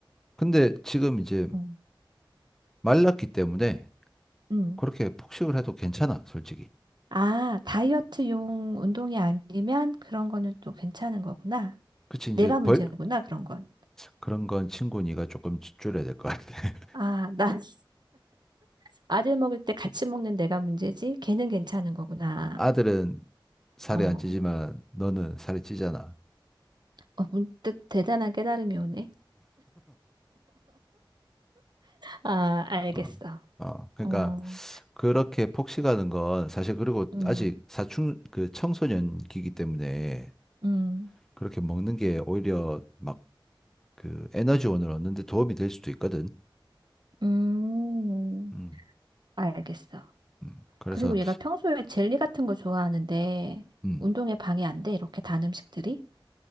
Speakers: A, in the centre; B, on the right.
A: 근데 지금 이제
B: 응,
A: 말랐기 때문에
B: 응,
A: 그렇게 폭식을 해도 괜찮아, 솔직히.
B: 아, 다이어트용 운동이 아니면 그런 거는 또 괜찮은 거구나.
A: 그치, 이제
B: 내가 문제구나,
A: 벌,
B: 그런 건.
A: 그런 건 친구 니가 조금 줄- 줄여야 될 것 같아. <laughs>
B: 아, 나 <laughs> 아들 먹을 때 같이 먹는 내가 문제지. 걔는 괜찮은 거구나.
A: 아들은 살이
B: 어,
A: 안 찌지만 너는 살이 찌잖아.
B: 어, 문득 대단한 깨달음이 오네. 아, 알겠어.
A: 어, 어. 그러니까
B: 어,
A: 그렇게 폭식하는 건 사실 그리고
B: 음,
A: 아직 사춘, 그 청소년기이기 때문에
B: 음,
A: 그렇게 먹는 게 오히려 막 그 에너지원을 얻는 데 도움이 될 수도 있거든.
B: 음.
A: 음,
B: 알겠어.
A: 음. 그래서
B: 그리고 얘가 평소에 젤리 같은 거 좋아하는데
A: 음.
B: 운동에 방해 안 돼, 이렇게 단 음식들이?